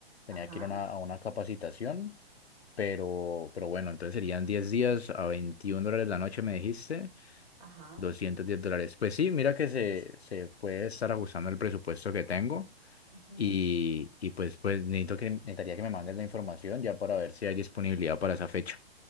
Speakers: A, on the left; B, on the right.
A: Tenía
B: ajá,
A: que ir a una a una capacitación. Pero, pero bueno, entonces serían 10 días a 21 dólares la noche, me dijiste,
B: ajá.
A: 210 dólares. Pues sí, mira que se, se puede estar ajustando el presupuesto que tengo
B: ujú.
A: y, y pues, pues necesito que, necesitaría que me mandes la información ya para ver si hay disponibilidad para esa fecha.